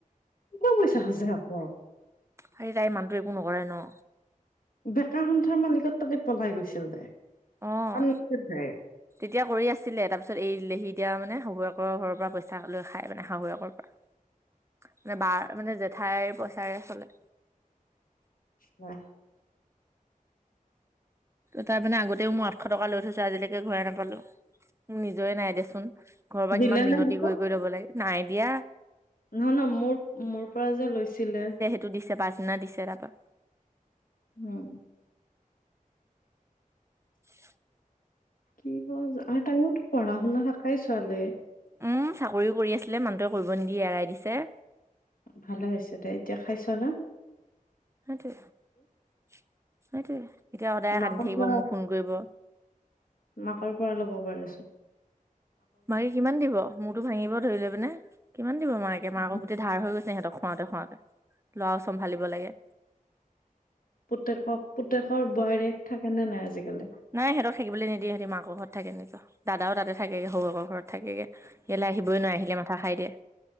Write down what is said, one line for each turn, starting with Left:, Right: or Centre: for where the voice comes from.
Left: বৰ পইচা সাঁচে আকৌ।
Right: হেৰি তাইৰ মানুহটোৱে একো নকৰে ন?
Left: বেকাৰ সন্থাৰ মালিকত তাতে পলাই গৈছিল তাই।
Right: অ',
Left: <unintelligible> নাছিল তাইৰ।
Right: তেতিয়া কৰি আছিলে তাৰপিছত এৰি দিলে, সি এতিয়া মানে শাহুৱেকৰ ঘৰৰ পৰা পইচা লৈ খাই, মানে শাহুৱেকৰ পৰা।
Left: <unintelligible>
Right: মানে বাৰ, মানে জেঠাইৰ পইচাৰে চলে।
Left: বাহ
Right: তাইমানে আগতেও মোৰ আঠশ টকা লৈ থৈছে আজিলৈকে ঘূৰাই নাপালোঁ। নিজৰে নাই দেচোন, ঘৰৰ পৰা
Left: দিলে
Right: কিমান মিনতি
Left: নে পিছত
Right: কৰি, কৰি ল'ব লাগে নাই দিয়া।
Left: নহ, নহ মোৰ, মোৰ পৰা যে, লৈছিলে।
Right: টো, দিছে পাছদিনা দিছে তাপা।
Left: উম।
Right: <unintelligible>
Left: কি কল আৰু তাইতো পঢ়া, শুনা থাকাই ছোৱালীয়ে।
Right: উম, চাকৰিও কৰি আছিলে মানুহটোৱে কৰিব নিদিয়ে এৰাই দিছে।
Left: ভালে হৈছে দে, এতিয়া খাইছনে?
Right: সেইটোৱে, সেইটোৱে এতিয়া সদায়
Left: মাকৰ
Right: কান্দি থাকিব,
Left: পৰা
Right: মোক ফোন কৰিব।
Left: মাকৰ পৰা ল'ব পাৰে চোন।
Right: মাকে কিমান দিব? মূৰটো ভাঙিব ধৰি লৈ পিনে কিমান দিব মাকে?
Left: আছে।
Right: মাকক গোটেই ধাৰ হৈ গৈছে সিহঁতক খুৱাওঁতে, খুৱাওঁতে। ল'ৰাও চম্ভালিব লাগে।
Left: পুতেকক, পুতেকৰ বোৱাৰীয়েক থাকেনে নাই আজিকালি?
Right: নাই সিহঁতক থাকিবলৈ নিদিয়ে, সিহঁতি মাকৰ ঘৰত থাকে নিজৰ দাদাও তাতে, থাকেগে শহুৱেকৰ ঘৰত থাকেগে। ইয়ালৈ আহিবই নোৱাৰে আহিলেই মাথা খাই দিয়ে।